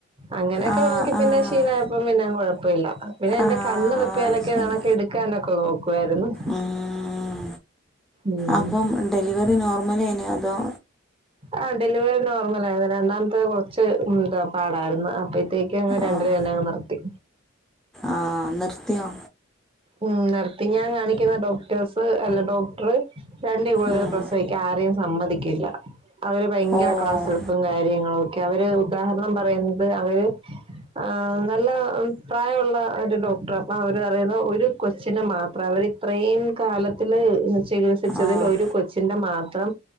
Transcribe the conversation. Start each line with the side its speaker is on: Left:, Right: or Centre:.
Right: അങ്ങനൊക്കെ
Centre: ആഹ്
Right: നോക്കി പിന്നെ
Centre: ആഹ്
Right: ശീലായപ്പം പിന്നെ കുഴപ്പില്ല. പിന്നെ എന്റെ
Centre: ആഹ്
Right: കണ്ണ് തപ്പിയാനൊക്കെ
Centre: അത് ശരി
Right: ഇതണക്കെ എടുക്കാനൊക്കെ നോക്കുമായിരുന്നു.
Centre: ഉം
Right: ഉം
Centre: അപ്പം ഡെലിവറി നോർമലേനോ അതോ
Right: ആഹ് ഡെലിവറി നോർമൽ ആയിരുന്നു രണ്ടാമത്തെ കുറച്ച് എന്താ പാടായിരുന്നു അപ്പൊ ത്തേക്ക് അ രണ്ടിനു
Centre: ആഹ്
Right: തന്നെ അങ്ങ് നിർത്തി.
Centre: ആഹ് നിർത്തിയോ
Right: ഉം നിർത്തി ഞാൻ കാണിക്കുന്ന ഡോക്ടേഴ്സ് അല്ല ഡോക്ടറ് രണ്ടീ കൂടുതൽ
Centre: ഉം
Right: പ്രസവിക്കാ ആരേെയും സമ്മതിക്കില്ല. അവര് ഭയങ്കര
Centre: ഓഹ്
Right: ക്ലാസ് എടുപ്പും കാര്യങ്ങളും ഒക്കെ അവര് ഉദാഹരണം പറയുന്നത് അവര്. ആഹ് നല്ല പ്രായമുള്ള ഒരു ഡോക്ടർ അപ്പ അവര് പറയ്ണു. ഒരു കൊച്ചിനെ മാത്രം അവര് ഇത്രയും കാലത്തിന് ചികിത്സിച്ചതിൽ
Centre: ആഹ്
Right: ഒരു കൊ ച്ചിന്റെ മാത്രം